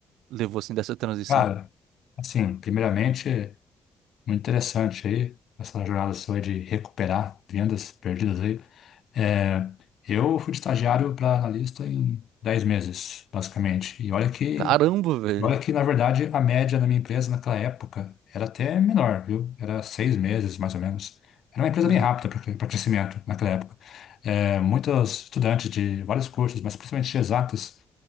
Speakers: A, on the right; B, on the left.
A: levou assim dessa transição?
B: Cara, assim, primeiramente, muito interessante aí, essa jornada sua de recuperar vendas perdidas aí. É, eu fui de estagiário para analista em 10 meses, basicamente. E olha que
A: Caramba, velho.
B: Olha que, na verdade, a média na minha empresa naquela época era até menor, viu? Era seis meses, mais ou menos. Era uma empresa
A: Aham,
B: bem rápida para crescimento naquela época. É, muitos estudantes de vários cursos, mas principalmente de exatas,